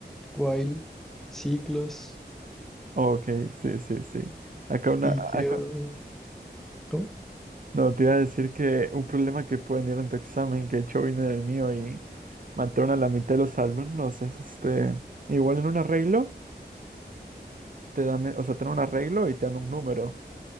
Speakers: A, in the centre; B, on the right.
A: while, ciclos
B: Ok, sí, sí, sí. Acá una,
A: y creo...
B: acá-
A: ¿Cómo?
B: no, te iba a decir que un problema que pueden ir en tu examen, que de hecho vino del mío y mataron a la mitad de los alumnos, es este, igual en un arreglo, te dan, eh, o sea, te dan un arreglo y te dan un número.